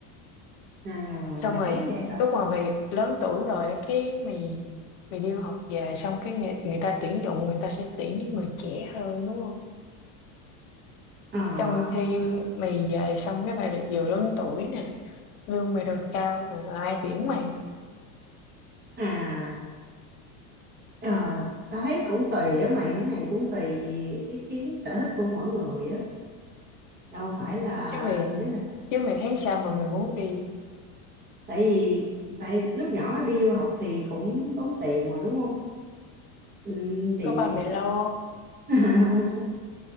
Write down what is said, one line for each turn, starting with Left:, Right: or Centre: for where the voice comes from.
Right: à
Left: xong
Right: mày
Left: rồi
Right: thấy vậy hả
Left: lúc mà mày lớn tuổi rồi á, cái mày mày đi học về xong cái người, người ta tuyển dụng người ta sẽ tuyển những người trẻ hơn đúng không
Right: à
Left: trong khi mày về xong cái mày lại vừa lớn tuổi nè lương mày đòi cao mà ai tuyển mày
Right: à ờ, tao thấy cũng tùy á mày cái này cũng tùy ý kiến sở thích của mỗi người á đâu phải là
Left: chứ mày
Right: ý là
Left: chứ mày thấy sao mà mày muốn đi
Right: tại vì tại lúc nhỏ đi du học thì cũng tốn tiền mà đúng không ừ, thì
Left: có ba mẹ lo
Right: <laughs>